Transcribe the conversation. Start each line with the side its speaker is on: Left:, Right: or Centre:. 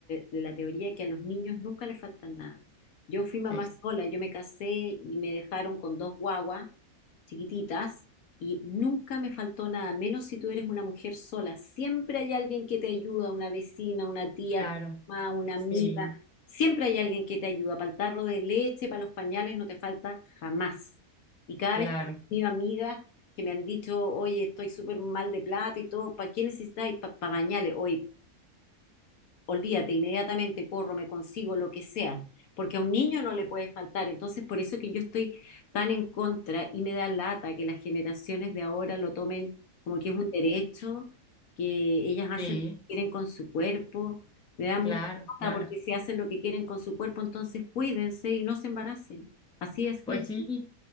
Left: de la teoría que a los niños nunca les falta nada. Yo fui mamá
Centre: sí,
Left: sola, yo me casé y me dejaron con dos guaguas chiquititas y nunca me faltó nada, menos si tú eres una mujer sola. Siempre hay alguien que te ayuda, una vecina, una tía,
Centre: claro,
Left: tu mamá, una amiga.
Centre: sí,
Left: Siempre hay alguien que te ayuda. Para el tarro de leche, para los pañales, no te falta jamás. Y cada
Centre: claro,
Left: vez que he tenido amigas que me han dicho, oye, estoy súper mal de plata y todo, ¿para qué necesitáis? Para bañales, hoy, olvídate, inmediatamente corro, me consigo lo que sea, porque a un niño no le puede faltar, entonces por eso que yo estoy tan en contra y me da lata que las generaciones de ahora lo tomen como que es un derecho, que ellas hacen
Centre: sí,
Left: lo que quieren con su cuerpo, me da mucha
Centre: claro, claro.
Left: lata porque si hacen lo que quieren con su cuerpo, entonces cuídense y no se embaracen, así es,
Centre: Pues
Left: simple.
Centre: sí,